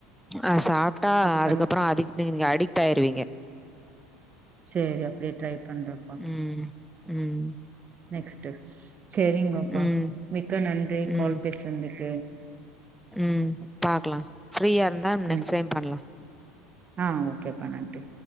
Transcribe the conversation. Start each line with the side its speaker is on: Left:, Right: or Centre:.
Centre: அ சாப்ட்டா
Right: அப்ப
Centre: அதுக்கப்புற
Right: கண்
Centre: அதுக்கு நீங்க அடிக்ட் ஆயிருவீங்க
Right: செரி அப்டியே ட்ரை பண்றேப்பா
Centre: ம். ம்
Right: நெக்ஸ்ட்டு செரிங்கப்பா
Centre: ம்.
Right: மிக்க நன்றி
Centre: ம்.
Right: கால் பேசுந்துக்கு
Centre: ம் பாக்கலா ஃப்ரீயா இருந்தா நெக்ஸ்ட்
Right: ம்
Centre: டைம் பண்லா
Right: ஆ ஓகேப்பா நன்றி